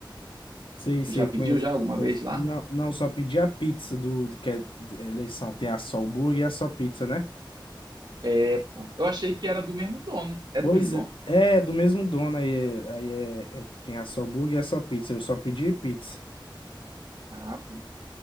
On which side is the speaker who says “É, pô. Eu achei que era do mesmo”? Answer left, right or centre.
Right